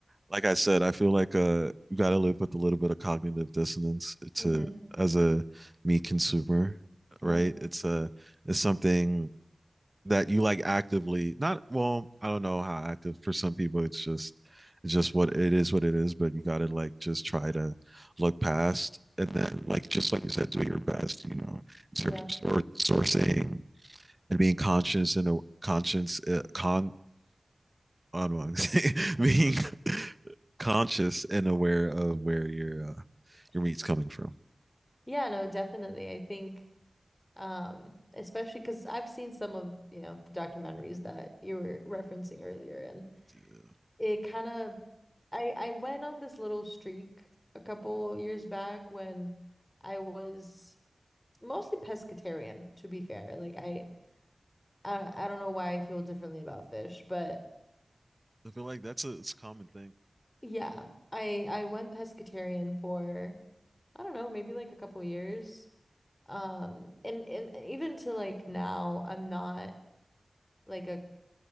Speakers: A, on the right; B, on the left.
A: like I said, I feel like uh you gotta live with a little bit of cognitive dissonance to
B: Mhm.
A: as a meat consumer,
B: Yeah,
A: right? It's a it's something that you like actively not well, I don't know how active for some people it's just it's just what it is what it is, but you gotta like just try to look past and then like just like you said, do your best, you know, in
B: yeah.
A: terms of sourcing and being conscious and a conscience uh, con on <laughs> being conscious and aware of where your uh, your meat's coming from.
B: Yeah, no, definitely. I think um especially because I've seen some of, you know, the documentaries that you were referencing earlier and
A: Yeah.
B: it kind of I I went on this little streak a couple years back when I was mostly pescatarian, to be fair. Like I I, I don't know why I feel differently about fish, but
A: I feel like that's a, it's a common thing.
B: Yeah, I I went pescatarian for I don't know, maybe like a couple years. Um, and and even to like now, I'm not like a